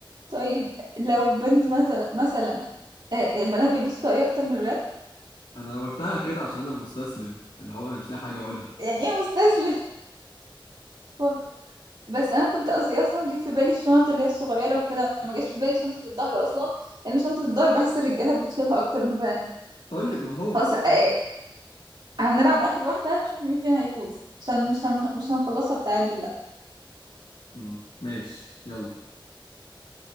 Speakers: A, on the right (about 65°); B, on the left (about 85°).
A: طيب لو بنت مثلا مثلا آه، البنات بيلبسوا طاقية اكتر من الولاد
B: انا قلتها كده عشان انا مستسلم اللي هو انا مش لاقي حاجه اقولها
A: يعني ايه مستسلم طب- بس انا كنت قصدي اصلا جه في بالي الشنط اللي هي الصغيره وكده ما جاش في بالي شنطه الظهر اصلا لان شنطه الظهر بحس الرجاله بتشيلها اكتر من البنات
B: طيب ما هو
A: خلاص آه، هنلعب اخر واحده نشوف مين فينا هيفوز عشان مش هن... مش هنخلصها بتعادل لا
B: مم. ماشي يلا